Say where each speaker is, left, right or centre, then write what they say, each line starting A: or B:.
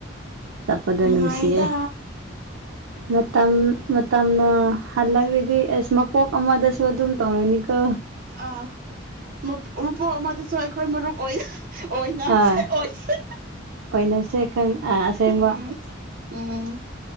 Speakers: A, on the right; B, on the right.
A: ꯆꯠꯄꯗꯣ
B: ꯅꯨꯡꯉꯥꯏꯗ
A: ꯅꯨꯡꯁꯤꯌꯦ ꯃꯇꯝ ꯃꯇꯝꯅ ꯍꯜꯂꯒꯗꯤ ꯑꯦꯁ ꯃꯄꯣꯛ ꯑꯃꯗꯁꯨ ꯑꯗꯨꯝ ꯇꯧꯔꯅꯤꯀꯣ
B: ꯑꯥ ꯃꯄꯨ ꯃꯄꯣꯛ ꯑꯃꯗꯁꯨ ꯑꯩꯈꯣꯏ ꯃꯔꯨꯞ ꯑꯣꯏ ꯑꯣꯏꯅꯁꯦ
A: ꯑꯥ
B: ꯑꯣꯏꯁꯦ
A: ꯑꯣꯏꯅꯁꯦ ꯈꯪ ꯑꯁꯦꯡꯕ
B: ꯎꯝ ꯄꯤꯝ